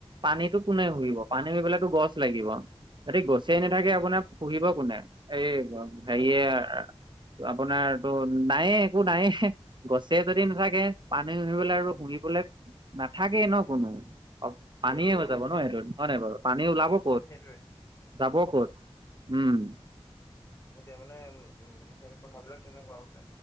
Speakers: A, on the right; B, on the left.
A: পানীটো কোনে
B: উম
A: শুহিব
B: উম
A: পানী শুহিবলেটো গছ লাগিব। যদি গছেই
B: উম
A: নাথাকে, আপোনাৰ শুহিব কোনে? এই হেৰিয়ে
B: সেইটোৱে
A: আপোনাৰটো নায়ে একো নায়ে গছে যদি নাথাকে। পানী শুহিবলৈ আৰু
B: উম
A: শুহিবলৈ নাথাকেই ন কোনো। অ'
B: সেইটোৱেই
A: পানীয়ে হৈ যাব ন সেইটোত, হয় নাই বাৰু? পানী ওলাব ক'ত
B: সেইটোৱে
A: যাব ক'ত? উম।
B: সেইটোৱে মানে উম হে কথাবিলাক তেনেকুৱা মানে